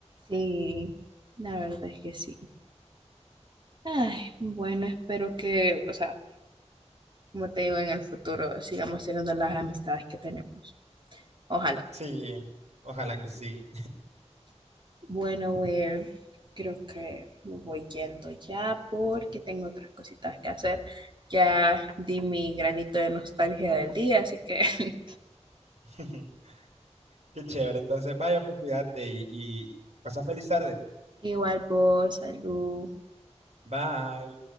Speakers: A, on the right (about 40°); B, on the right (about 65°).
A: Sí, la verdad es que sí. Ay, bueno, espero que, o sea, Como te digo, en el futuro sigamos teniendo las amistades que tenemos. Ojalá.
B: Sí, ojalá que sí.
A: Bueno, Will, creo que me voy yendo ya porque tengo otras cositas que hacer. Ya di mi granito de nostalgia del día, así que <laughs>
B: <laughs> Qué chévere, entonces vaya, pues cuídate y, y pasa feliz tarde.
A: igual vos, salud.
B: Bye.